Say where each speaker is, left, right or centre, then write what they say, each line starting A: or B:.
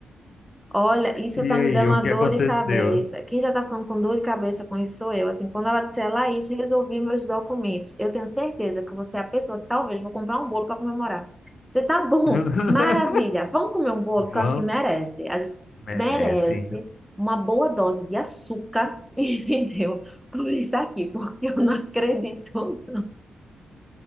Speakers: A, in the centre; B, on the left.
A: Olha, isso
B: E
A: tá
B: aí,
A: me dando
B: o
A: uma
B: que
A: dor
B: aconteceu?
A: de cabeça. Quem já tá ficando com dor de cabeça com isso sou eu. Assim, quando ela disser, Laís, resolvi meus documentos. Eu tenho certeza que você é a pessoa que talvez vou comprar um bolo para comemorar. Você tá bom,
B: <laughs>
A: <laughs> maravilha. Vamos comer um bolo,
B: Van
A: que eu acho que merece. A gente
B: merece.
A: merece uma boa dose de açúcar, <laughs> entendeu? Por isso aqui, porque eu não acredito.